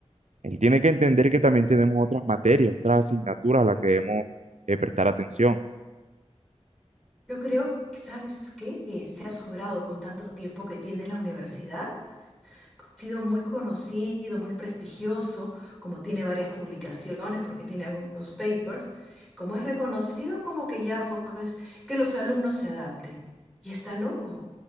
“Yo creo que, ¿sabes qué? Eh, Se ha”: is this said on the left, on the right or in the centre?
Centre